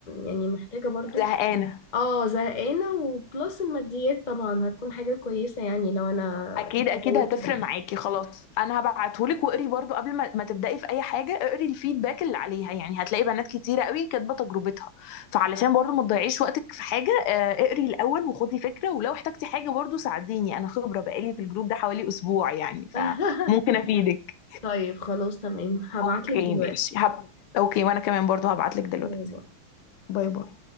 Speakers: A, on the left (about 30°); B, on the left (about 85°).
A: يعني محتاجه برضو
B: زهقانة
A: اه زهقانه وبلس الماديات طبعا هتكون حاجه كويسه يعني لو انا
B: اكيد اكيد
A: زودت
B: هتفرق
A: دخل
B: معاكي خلاص انا هبعتهولك واقري برضو قبل ما, ما تبدأي في اي حاجة اقري الفيدباك اللي عليها يعني هتلاقي بنات كتيرة قوي كاتبة تجربتها فعلشان برضو ما تضيعيش وقتك في حاجة آه، اقري الاول وخدي فكرة ولو احتجتي حاجة برضو ساعديني انا خبرة بقالي في الجروب ده حوالي اسبوع يعني فممكن
A: <laughs>
B: افيدك
A: طيب خلاص تمام هبعتلك
B: اوكي
A: دلوقتي
B: ماشي هب... اوكي وانا كمان برضو هبعتلك دلوقتي
A: باي باي
B: باي باي